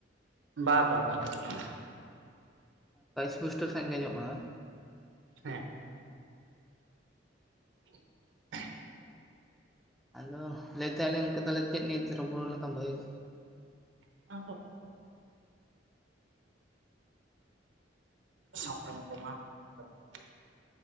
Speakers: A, on the right (about 85°); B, in the centre.
A: ᱵᱟ ᱵᱟ ᱵᱟᱧ ᱜᱮᱫᱚᱜ ᱠᱟᱱᱟ
B: ᱦᱳᱭ ᱤᱥᱯᱩᱥᱴᱟᱹ ᱥᱟᱺᱦᱤᱡ ᱜᱮ ᱟᱧᱡᱚᱢᱚᱜ ᱠᱟᱱᱟ ᱰᱟ
A: ᱦᱮᱸ <unintelligible>
B: ᱟᱫᱚ ᱞᱟᱹᱭᱮᱫ ᱛᱟᱸᱦᱮ ᱞᱤᱧ ᱜᱚᱢᱠᱮ ᱛᱟᱦᱚᱞᱮ ᱪᱮᱫ ᱱᱤᱛ ᱨᱚᱯᱚᱲ ᱞᱮᱱᱠᱷᱟᱱ ᱵᱷᱟᱹᱜᱤ ᱠᱚᱜᱼᱟ
A: <unintelligible> ᱥᱟᱯᱲᱟᱢ ᱠᱚᱢᱟ <unintelligible>